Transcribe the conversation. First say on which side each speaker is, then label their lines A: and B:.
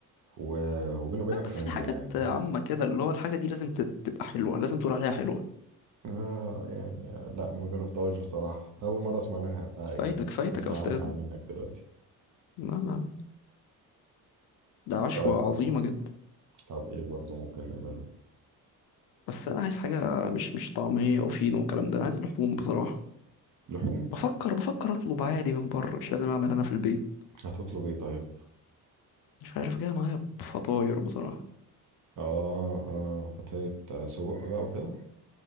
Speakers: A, on the right; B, on the left.
A: و... وبينه وبينك
B: لا بس
A: فن
B: في حاجات
A: يعني
B: عامة كده اللي هو الحاجة دي لازم تت- تبقى حلوة لازم تقول عليها حلوة
A: آه يعني آه، لا ما جربتهاش بصراحة أول مرة أسمع منها آه
B: فايتك
A: يعني
B: فايتك
A: أسمع
B: يا استاذ
A: عنها منك دلوقتي
B: لا لا لا. ده عشوة
A: طيب
B: عظيمة جدا
A: طب إيه برضه ممكن نعمله
B: بس انا عايز حاجه مش مش طعميه وفينو والكلام ده انا عايز لحوم بصراحه
A: لحوم
B: بفكر بفكر اطلب عادي من بره مش لازم اعمل انا في البيت
A: هتطلب إيه طيب
B: مش عارف جاي معايا بفطاير بصراحه
A: آه آه فترة آه، سجق بقى وكده